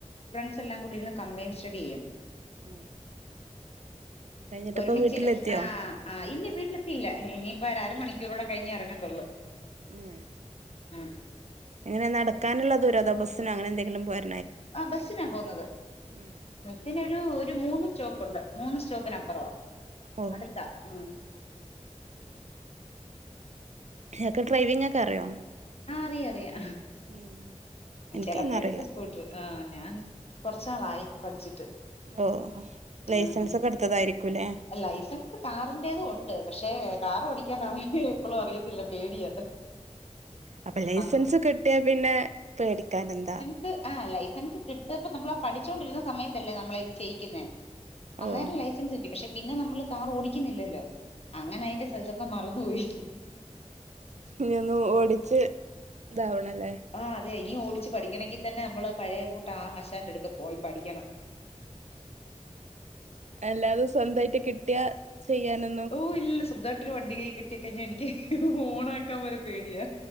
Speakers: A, on the left; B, on the right.
A: ഫ്രണ്ട്സെല്ലാം കൂടി ഇരുന്ന് കംപെയിൻ സ്റ്റഡി യ്യും
B: ആഹ് കഴിഞ്ഞിട്ടിപ്പോ
A: ഒരുമിച്ചിര്
B: വീട്ടിലെത്തിയോ
A: ആഹ് ആഹ് ഇല്ല വീട്ടിലത്തിയില്ല ഇനിയിപ്പ ര അര മണിക്കൂറ് കൂടെ കഴിഞ്ഞേ എറങ്ങത്തുള്ളൂ
B: മ് ഏ
A: ആണ്
B: എങ്ങനെ നടക്കാന്ള്ള ദൂരോ അതോ ബസ്സിനോ അങ്ങനെന്തെങ്കിലും പോര്
A: ആഹ് ബസ്സിനാ പോകുന്നത്
B: ഉം
A: ബസ്സിനൊരു ഒരു മൂന്ന് സ്റ്റോപ്പുണ്ട് മൂന്ന് സ്റ്റോപ്പിനപ്പുറവാ
B: ഓ
A: അടുത്താ ഉം
B: ഇയാക്ക് ഡ്രൈവിങ്ങ് ക്കറിയോ
A: ആഹ് അറിയറിയാ
B: ഉം എനിക്കതൊന്നും
A: ചെലപ്പ
B: അറിയില്ല
A: എട്ക്കും സ്കൂട്ടറ് ആഹ് ഞാൻ കൊറച്ച്നാളായി പഠിച്ചിട്ട്
B: ഓഹ് ലൈസൻസൊക്കെ
A: ആഹ്
B: ട്ത്തതായിരിക്കുലേ
A: ലൈസൻസ് കാറിന്റേതു ഉണ്ട് പക്ഷേ കാർ ഓടിക്കാൻ ആണ് ഇപ്പളു അറിയത്തില്ല പേടിയാ
B: അപ്പം ലൈസൻസ്
A: അന്ന്
B: കിട്ടിയാ പിന്നെ പേടിക്കാനെന്താ
A: സ് ആ ലൈസൻസ് കിട്ടിയപ്പൊ നമ്മളാ പഠിച്ചോണ്ടിരുന്ന സമയത്തല്ലേ നമ്മള ഇത് ചെയ്യിക്കുന്നെ അന്നേരം
B: ഓ
A: ലൈസൻസ് കിട്ടി പക്ഷെ പിന്നെ നമ്മള് കാർ ഓടിക്കുന്നില്ലല്ലോ അങ്ങനെ അയിന്റെ ഇതൊക്കെ മറന്നുപോയി
B: ഇനിയൊന്ന് ഓടിച്ച് ഇതാവണം ലേ
A: ആഹ് അതെ ഇനി ഓടിച്ച് പഠിക്കണെങ്കി തന്നെ നമ്മള് പഴയ കൂട്ടാ ആ ആശാന്റട്ക്കെ പോയി പഠിക്കണം
B: അല്ലാതെ സ്വന്തായിട്ട് കിട്ടിയാ ചെയ്യാന്
A: ഓ ഇല്ല സ്വന്തായിട്ടൊരു വണ്ടി കൈയ് കിട്ടി ക്കഴിഞ്ഞ എനിക്ക് ഓണാക്കാൻ വരെ പേടിയാ